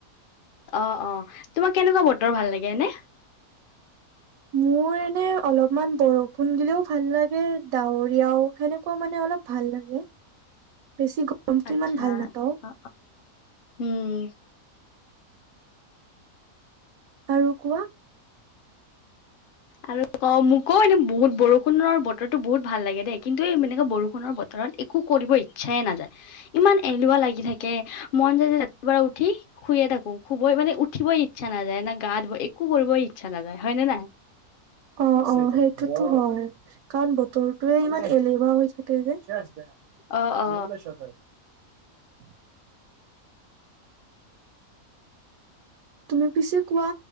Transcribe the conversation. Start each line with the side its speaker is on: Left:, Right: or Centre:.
Left: অ অ তোমাক কেনেকুৱা বতৰ ভাল লাগেনে?
Right: মোৰ এনে অলপমান বৰষুণ গিলেও ভাল লাগে ডাৱৰীয়াও সেনেকুৱা মানে অলপ ভাল লাগে বেছি গৰমটো
Left: আচ্ছা
Right: ইমান ভাল নাপাওঁ
Left: আহ, উম'।
Right: আৰু কোৱা?
Left: আৰু অ মোকো এনে বহুত বৰষুণৰ বতৰো বহুত ভাল লাগে দেই কিন্তু এই এনেকে বৰষুণৰ বতৰত একো কৰিব ইচ্ছাই নাযায় ইমান এলুৱা লাগি থাকে মন যায় যে ৰাতিপুৱা উঠি শুয়ে থাকো শুবই মানে উঠিবই ইচ্ছা নাযায় না গা ধু একো কৰিবই ইচ্ছা নাযায় হয় নে নাই।
Right: অ', অ, সেইটোতো হয় কাৰণ তোৰটোৱে ইমান এলেহুৱা হৈছে থাকে যে
Left: অ অ
Right: <unintelligible> উ। তুমি পিছে কোৱা